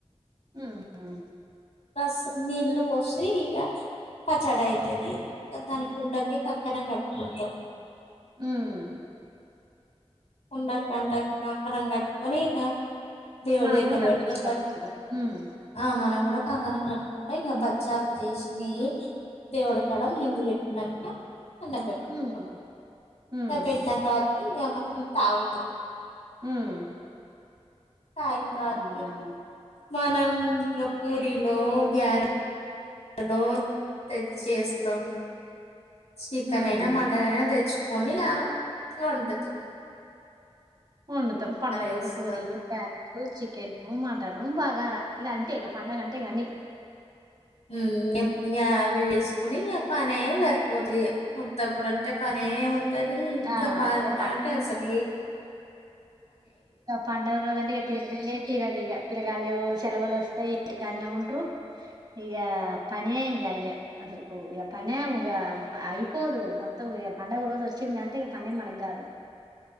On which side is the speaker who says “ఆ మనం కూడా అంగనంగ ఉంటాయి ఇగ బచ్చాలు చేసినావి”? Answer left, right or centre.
Left